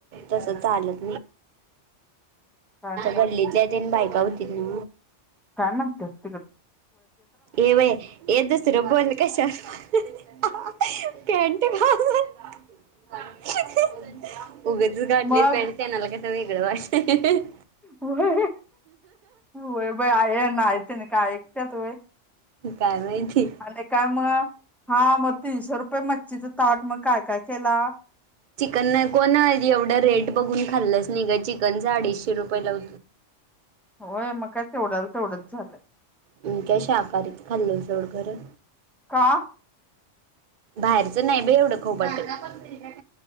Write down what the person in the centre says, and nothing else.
नव्हच
काय म्हणत्यात
मग
व्हय व्हय बाई आहे नाही त्यानं का व्हय
आणि काय म हा मग तीनशे रुपये मच्छीचं ताट मग काय काय केला.
होय मग काय तेवढ्याला तेवढंच झालं.
का?